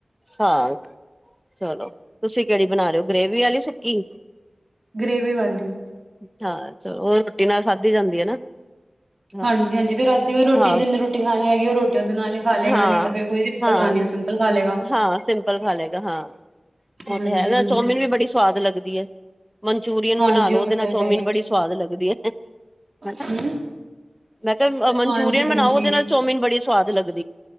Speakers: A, in the centre; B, on the right.
A: ਹਾਂ ਚਲੋ, ਤੁਸੀਂ ਕਿਹੜੀ ਬਣਾ ਰਹੇ ਹੋ ਗ੍ਰੇਵੀ ਆਲੀ ਸੁੱਕੀ?
B: ਗ੍ਰੇਵੀ ਵਾਲੀ।
A: ਹਾਂ, ਚ ਉਹ ਰੋਟੀ ਨਾਲ ਖਾਧੀ ਜਾਂਦੀ ਹੈ ਨਾ। ਹਾਂ
B: ਹਾਂਜੀ, ਹਾਂਜੀ ਫਿਰ ਰਾਤੀ ਓਈ ਰੋਟੀ
A: ਹਾਂ
B: ਜਿੰਨੇ ਰੋਟੀ ਖਾਉਣੀ ਹੈਗੀ ਉਹ ਰੋਟੀ ਉਹਦੇ ਨਾਲ ਹੀ ਖਾ ਲਏਗਾ
A: ਹਾਂ,
B: ਨਹੀਂ ਤਾਂ ਫਿਰ ਕੋਈ ਸਿੰਪਲ
A: ਹਾਂ,
B: ਖਾਣੀ ਉਹ ਸਿੰਪਲ ਖਾ ਲਏਗਾ
A: ਹਾਂ ਸਿੰਪਲ ਖਾ ਲੇ ਗਾ ਹਾਂ। ਉਹ
B: ਹਾਂਜੀ
A: ਤੇ ਹੈ ਇਦੇ
B: ਹਾਂਜੀ
A: ਨਾ ਚੌਮਿਨ ਵੀ ਬੜੀ ਸਵਾਦ ਲਗਦੀ ਏ। ਮਨਚੂਰੀਅਨ
B: ਹਾਂਜੀ
A: ਬਣਾ ਲੋ
B: ਉਹ
A: ਉਹਦੇ ਨਾਲ
B: ਤਾਂ
A: ਚਓਮੀਨ
B: ਹੈ ਹੀ
A: ਬੜੀ ਸਵਾਦ ਲੱਗਦੀ ਹੈ। ਹਨਾ
B: ਹਮ <unintelligible>
A: ਮੈਂ ਕਿਹਾਂ ਮਨਚੂਰੀਅਨ
B: ਹਾਂਜੀ ਹਾਂਜੀ
A: ਬਣਾਓ, ਉਹਦੇ ਨਾਲ ਚੋਮਮੀਨ ਬੜੀ ਸਵਾਦ ਲੱਗਦ